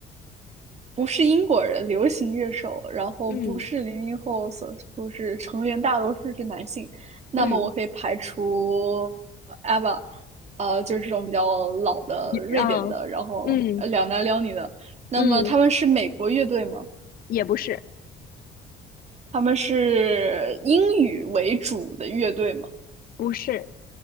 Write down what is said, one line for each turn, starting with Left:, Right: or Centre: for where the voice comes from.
Right: 不是英国人，流行乐手，然后不是零零后所不是成员大多数是男性，
Left: 嗯
Right: 那么我可以排除
Left: 嗯，
Right: a v a 呃，就是这种比较老的瑞典的，
Left: 一嗯嗯
Right: 然后呃两男两女的。那么他们是美国乐队吗？
Left: 嗯，也不是，
Right: 他们是英语为主的乐队吗？
Left: 不是，